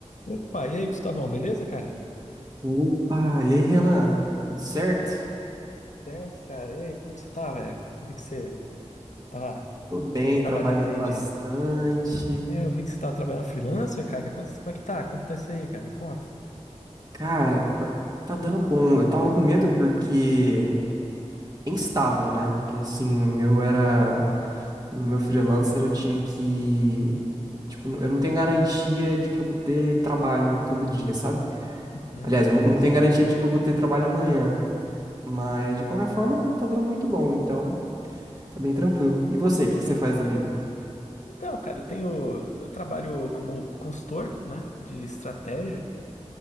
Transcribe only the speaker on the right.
Opa, e aí, Renan? Tudo certo?
Tô bem, trabalhando
bastante.
Cara, pior que tá dando bom. Eu tava com medo porque é instável, né? Porque assim, o meu era. No meu freelancer eu tinha que. Tipo, eu não tenho garantia de que eu vou ter trabalho todo dia, sabe?
Aliás, não não tenho garantia de que eu vou ter trabalho amanhã. Mas de qualquer forma, tá dando muito bom, então tá bem tranquilo. E você,
o que
que você faz da vida?